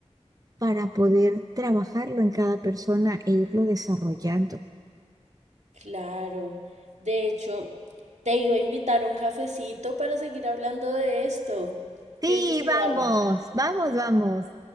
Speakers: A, on the right (about 30°); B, on the right (about 80°).
A: para poder trabajarlo en cada persona e irlo desarrollando.
B: claro. De hecho, te iba a invitar un cafecito para seguir hablando de esto. ¿Qué
A: Sí,
B: dices si
A: vamos,
B: vamos?
A: vamos, vamos.